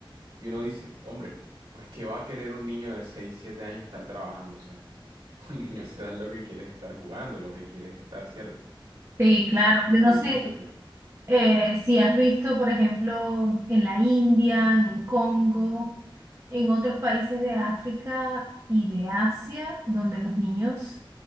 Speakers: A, on the right (about 70°); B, on the right (about 30°).
A: Y uno dice, hombre, pues ¿qué va a querer un niño de 6 7 años estar trabajando? O sea, <laughs> un niño se da lo que quiere es estar jugando, lo que quiere es estar, ¿cierto?
B: sí,
A: Con
B: claro.
A: sus ami-
B: Yo no
A: amiguitos
B: sé,
A: y así.
B: eh, si has visto, por ejemplo, en la India, en el Congo, en otros países de África y de Asia, donde los niños